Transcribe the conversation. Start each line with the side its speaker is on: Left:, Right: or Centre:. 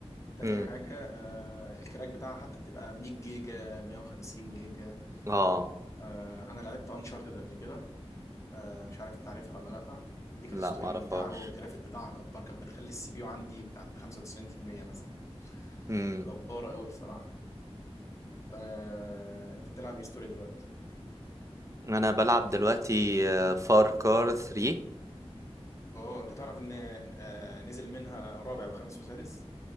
Left: تاني
Right: امم
Left: حاجه آه الكراك بتاعها حتى بتبقى 100 جيجا 150 جيجا
Right: اه
Left: آه انا لعبت انشارتد قبل كده آه، مش عارف انت عارفها ولا لا دي كانت
Right: لا
Left: ستوري
Right: معرفهاش
Left: ممتعه قوي والجرافيك بتاعها جبار كانت بتخلي السي بي يو عندي بتاعت 95% مثلا
Right: امم
Left: جباره قوي بصراحه آه، انت بتلعب ايه ستوري دلوقتي
Right: انا بلعب دلوقتي آه، فار كار 3
Left: اوه انت تعرف ان آه، نزل منها رابع وخامس وسادس